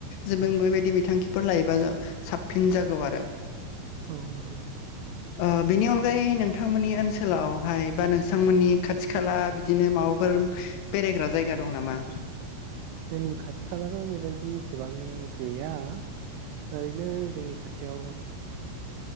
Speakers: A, on the left; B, on the right.
A: जे बेबायदि बिथांखिफोर लायोबा साबसिन जागौ आरो।
B: औ नंगौ
A: ओ बेनि अनगायै नोंथांमोननि ओन- -सोलावहाय बा नोंथांमोननि खाथि खाला बिदिनो माबाफोर। बेरायग्रा जायगा दं नामा?
B: जोंनि खाथि खालाथ' बेबायदि एसेबां गैया। ओरैनो जोंनि खाथियाव